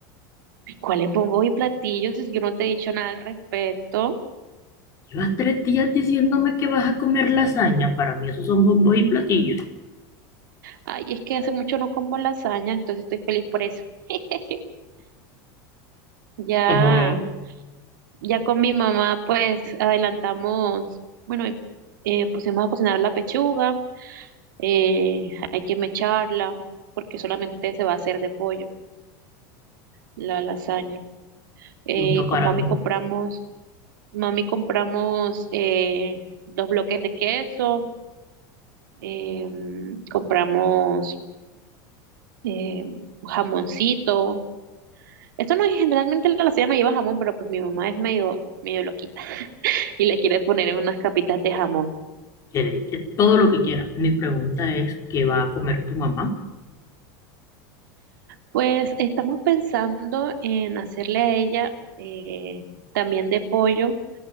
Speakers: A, on the right (about 80°); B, on the left (about 30°).
A: ¿cuáles bombos y platillos? Yo no te he dicho nada al respecto.
B: Llevas tres días diciéndome que vas a comer lasaña. Para mí esos son bombos y platillos.
A: Ay, es que hace mucho no como lasaña, entonces estoy feliz por eso. <laughs> Ya,
B: Ojo,
A: ya con mi mamá, pues adelantamos, bueno, eh, pusimos a cocinar la pechuga. eh, hay que mecharla porque solamente se va a hacer de pollo, la lasaña. Eh,
B: Punto
A: con
B: para
A: mami
B: mí.
A: compramos, mami compramos eh, dos bloques de queso, em, compramos em, jamoncito. Esto no, generalmente la lasaña no lleva jamón, pero pues mi mamá es medio, medio loquita y le quiere poner unas capitas de jamón.
B: Quieres que todo lo que quieras. Mi pregunta es, ¿qué va a comer tu mamá?
A: Pues estamos pensando en hacerle a ella eh, también de pollo